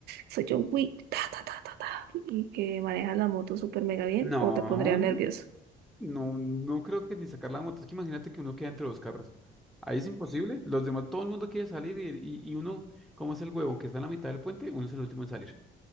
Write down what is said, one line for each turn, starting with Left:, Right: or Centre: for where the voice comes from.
Right: soy John Wick, ta, ta, ta, ta, ta, y que maneja la moto súper mega bien,
Centre: No,
Right: o te pondría nervioso.
Centre: no, no creo que ni sacar la moto. Es que imagínate que uno queda entre los carros. Ahí es imposible. Los demás, todo el mundo quiere salir y, y, y uno, como es el huevón que está en la mitad del puente, uno es el último en salir.